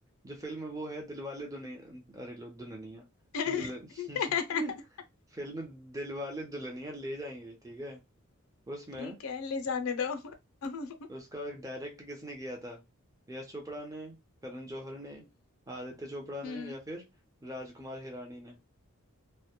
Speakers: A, on the right; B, on the left.
A: जो फिल्म है वो है दिलवाले दुनिया अरे लो दुल्हनिया
B: <laughs>
A: दुल्हन <laughs> फिल्म दिलवाले दुल्हनिया ले जाएंगे ठीक है उसमें
B: ठीक है ले जाने दो हम्म
A: उसका डायरेक्ट किसने किया था यश चोपड़ा ने करण जौहर ने आदित्य चोपड़ा ने
B: हम्म
A: या फिर राजकुमार हिरानी ने